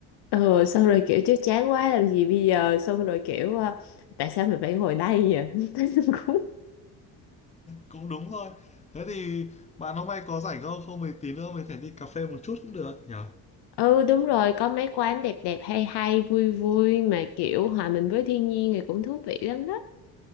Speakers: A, on the left; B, on the left.
A: ừ xong rồi kiểu chứ chán quá làm gì bây giờ xong rồi kiểu ờ, tại sao mình phải ngồi đây vậy <laughs> Thấy nó cũng
B: Cũng đúng thôi. Thế thì bạn hôm nay có rảnh không? Không thì tí nữa mình thể đi cà phê một chút cũng được nhỉ?
A: Ừ đúng rồi, có mấy quán đẹp đẹp hay hay vui vui mà kiểu hòa mình với thiên nhiên thì cũng thú vị lắm đó.